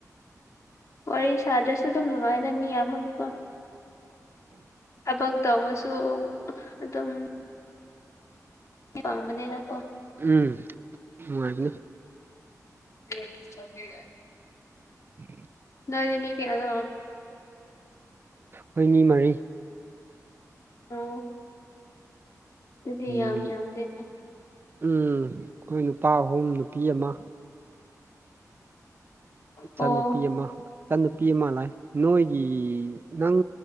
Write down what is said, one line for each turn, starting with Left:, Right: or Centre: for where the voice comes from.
Left: ꯋꯥꯔꯤ ꯁꯥꯗ꯭ꯔꯁꯨ ꯑꯗꯨꯝ ꯅꯨꯡꯉꯥꯏꯗꯅꯤ ꯌꯥꯝꯕꯒꯤꯀꯣ ꯊꯕꯛ ꯇꯧꯕꯁꯨ ꯑꯗꯨꯝ ꯋꯥꯝꯕꯅꯦꯅ ꯀꯣ
Right: ꯎꯝ ꯅꯨꯡꯉꯥꯏꯕꯅꯦ
Left: <unintelligible>
Right: <inaudible>
Left: ꯅꯗꯤ ꯃꯤ ꯀꯌꯥ
Right: ꯍꯣꯏꯅꯤ ꯃꯔꯤ
Left: ꯑꯣ ꯑꯗꯨꯗꯤ
Right: ꯎꯝ
Left: ꯌꯥꯝ ꯌꯥꯝꯗꯦꯗꯤ
Right: ꯎꯝ ꯑꯩꯈꯣꯏ ꯅꯨꯄꯥ ꯑꯍꯨꯝ ꯅꯨꯄꯤ ꯑꯃ ꯏꯆꯥ
Left: ꯑꯣ
Right: ꯅꯨꯨꯄꯤ ꯑꯃ ꯏꯆꯟꯅꯨꯄꯤ ꯑꯃ ꯂꯩ ꯅꯣꯏꯒꯤ ꯅꯪ